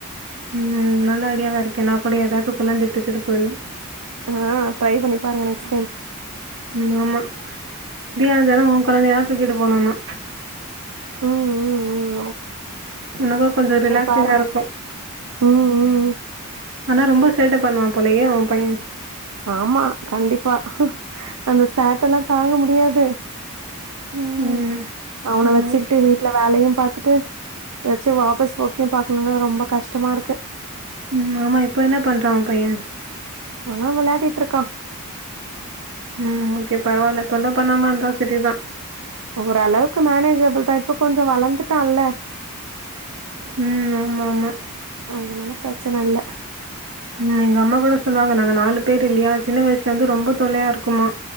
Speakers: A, on the right; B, on the right.
A: உம் நல்ல ஐடியாவா இருக்கே நான் கூட ஏதாவது குழந்தையை தூக்கிட்டு போயிடனும்
B: ஆஹ் ட்ரை பண்ணி பாருங்க நெக்ஸ்ட் டைம்
A: உ ஆமா தடிய தரம் உன் குழந்தைல்லாம் தூக்கிட்டு போனோனா
B: ஹம் ஹம் உஹம்
A: உனக்கு கொஞ்சம் ரிலாக்டிங்கா
B: பாருங்க
A: இருக்கும்
B: ம் ம் ம்
A: ஆனா ரொம்ப பண்ணுவான் போலையே அவன் பையன்
B: ஆமா கண்டிப்பா அந்த சேட்டெல்லாம் தாங்க முடியாது உஹம்
A: ம்
B: அவனை
A: ஆமா
B: வச்சுக்கிட்டு வீட்டுல வேலையும் பாத்துட்டு ஏதாச்சும் வாபஸ் போக்கியும் பாக்கணும்னா ரொம்ப கஷ்டமா இருக்கு
A: உம் ஆமா இப்ப என்ன பண்றான் உ பையன்
B: ஆமா விளையாடிட்டு இருக்கான்
A: உம் ஓகே பரவாயில்ல தொல்ல பண்ணாம இருந்தா சரிதான்
B: ஓரளவுக்கு மேனேஜபிள் தான் இப்ப கொஞ்சம் வளர்ந்துட்டான்ல
A: உம் ஆமா ஆமா
B: அதனால பிரச்சனை இல்ல
A: உம் எங்க அம்மா கூட சொல்லுவாங்க நாங்க நாலு பேர் இல்லையா சின்ன வயசுல வந்து ரொம்ப தொலையா இருக்குமா